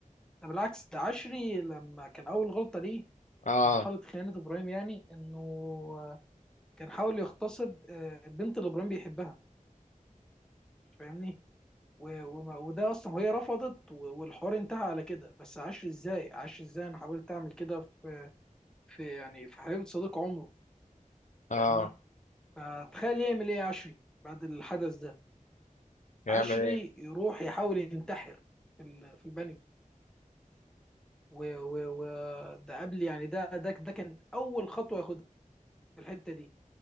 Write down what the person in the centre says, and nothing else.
ده بالعكس ده عشري لما كان اول غلطة ليه
في مرحلة خيانة ابراهيم يعني انه آه، كان حاول يغتصب آه البنت اللي ابراهيم بيحبها فاهمني و- وما- وده اصلا وهي رفضت و- والحوار انتهى على كده بس عشري ازاي عشري ازاي انا حاولت اعمل كده في في يعني في حبيبة صديق عمره
فاهمني فتخيل يعمل ايه عشري بعد الحدث ده
عشري
يروح يحاول ينتحر في ال- في البانيو و- و- و- ده قبل يعني ده ده ده كانت اول خطوه ياخدها في الحته دي